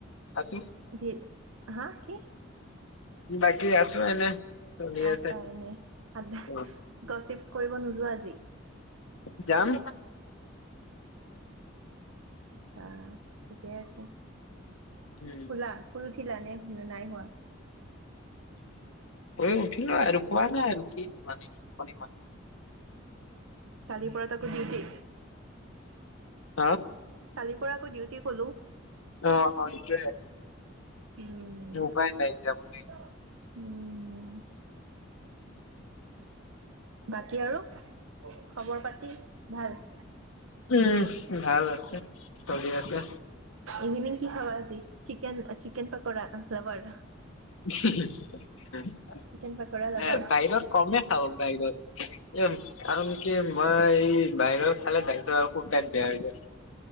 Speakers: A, on the left (about 85°); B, on the right (about 90°).
A: আছো।
B: ভিদ হা কি?
A: বাকী আছো এনে। চলি
B: আছা
A: আছে
B: এনে আ
A: অ',
B: গচিপ কৰিব নোযোৱা আজি?
A: যাম।
B: আ। ঠিকে আছে।
A: উম,
B: সুলা শুই উঠিলা নে নে নাই সোয়া?
A: শুই উঠিলো আৰু সোয়া নাই আৰু কি মানে
B: কালিৰ পৰা আকৌ ডউটি।
A: হা?
B: কালিৰ পৰা আকৌ ডিউটি কলো।
A: অ', অ', এইটোয়ে
B: উম,
A: উপায়
B: উম।
A: নাই যাব লাগিব
B: উম। বাকী আৰু খবৰ পাতি ভাল?
A: উম, ভাল আছে, চলি আছে।
B: ইভিনিং কি খাবা আজি চিকেন চিকেন পকোৰা লাবাৰ।
A: এ বাহিৰত
B: চিকেন পকৰা লাভাৰ
A: কমেই খাওক বাহিৰত। এ কাৰণ কি মই এই বাহিৰৰ খালে দাইছো আৰু খুব পেট বেয়া হৈ যায়,